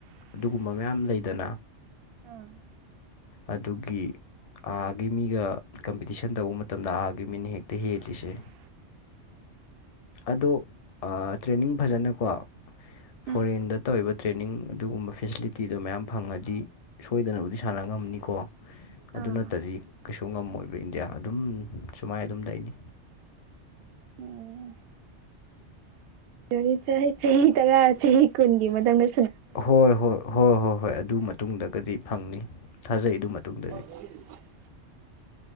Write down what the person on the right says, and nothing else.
ꯎꯝ
ꯎꯝ
ꯑꯥ
ꯎꯝ ꯆꯍꯤꯆꯍꯤ ꯆꯍꯤ ꯇꯔꯥ ꯆꯍꯤ ꯀꯣꯟꯒꯤ ꯃꯊꯪꯗ
ꯎꯝ <unintelligible>